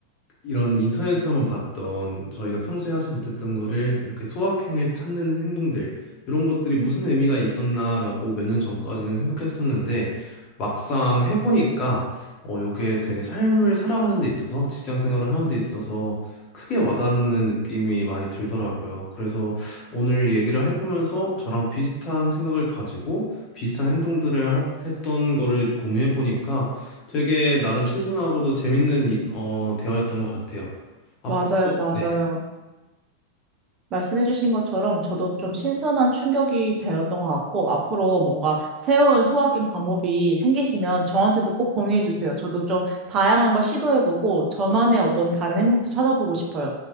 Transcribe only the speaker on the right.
맞아요, 맞아요.
말씀해주신 것처럼 저도 좀 신선한 충격이 되었던 것 같고, 앞으로 뭔가 새로운 소확행 방법이 생기시면 저한테도 꼭 공유해주세요. 저도 좀 다양한 걸 시도해보고, 저만의 어떤 다른 행복도 찾아보고 싶어요.